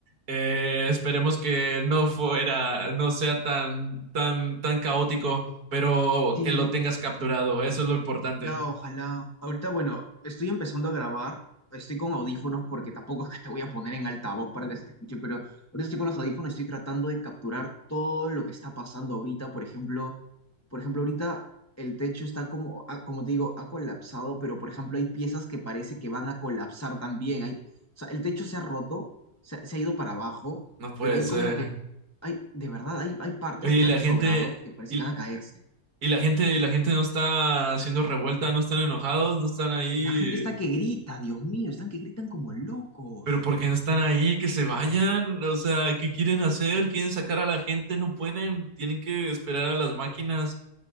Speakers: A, on the right; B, on the left.
A: eh, esperemos que no fuera, no sea tan, tan, tan caótico, pero
B: Sí.
A: que lo tengas capturado. Eso es lo importante.
B: No, ojalá. Ahorita, bueno, estoy empezando a grabar. Estoy con audífonos porque tampoco es que te voy a poner en altavoz para que se te escuche, pero ahorita estoy con los audífonos y estoy tratando de capturar todo lo que está pasando ahorita. Por ejemplo, por ejemplo, ahorita el techo está como, ah, como te digo, ha colapsado, pero por ejemplo, hay piezas que parece que van a colapsar también. Hay, o sea, el techo se ha roto, se, ha se ha ido para abajo,
A: No puede
B: pero hay
A: ser.
B: como que, hay, de verdad, hay, hay partes
A: Oye,
B: que
A: y la
B: han
A: gente,
B: sobrado que parece
A: y,
B: que van a caerse.
A: y la gente, y la gente no está haciendo revuelta, no están enojados, no están ahí
B: La gente está que grita, Dios mío, están que gritan como locos.
A: Pero ¿por qué no están ahí? Que se vayan. O sea, ¿qué quieren hacer? ¿Quieren sacar a la gente? No pueden. Tienen que esperar a las máquinas.